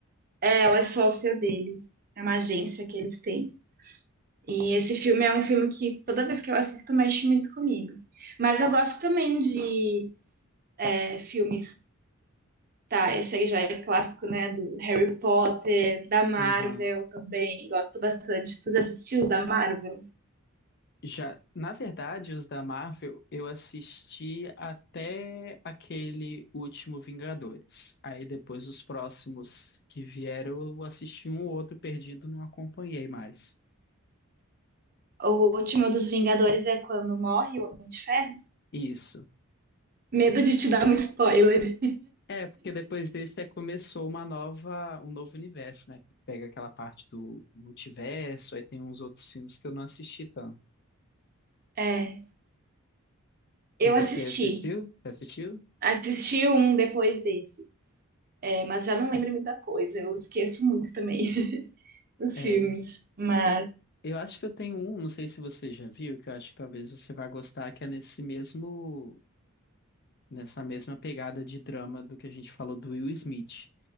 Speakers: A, on the right; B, on the left.
A: Ela é sócia dele. É uma agência que eles têm. E esse filme é um filme que toda vez que eu assisto mexe muito comigo. Mas eu gosto também de é, filmes, tá? Esse aí já é clássico, né? Do Harry Potter, da Marvel
B: Aham.
A: também. Gosto bastante. Tu já assistiu os da Marvel?
B: Já, na verdade, os da Marvel, eu assisti até aquele último Vingadores. Aí depois os próximos que vieram, eu assisti um ou outro perdido, não acompanhei mais.
A: O último dos Vingadores é quando morre o Homem de Ferro.
B: Isso.
A: Medo de te dar um spoiler.
B: É, porque depois desse é, começou uma nova, um novo universo, né? Que pega aquela parte do multiverso, aí tem uns outros filmes que eu não assisti tanto.
A: É, eu
B: E você
A: assisti.
B: assistiu? Você assistiu?
A: Assisti um depois desse. É, mas já não lembro muita coisa. Eu esqueço muito também <laughs> os
B: É,
A: filmes. Mas.
B: tem, eu acho que eu tenho um, não sei se você já viu, que eu acho que talvez você vá gostar, que é nesse mesmo, nessa mesma pegada de drama do que a gente falou do Will Smith,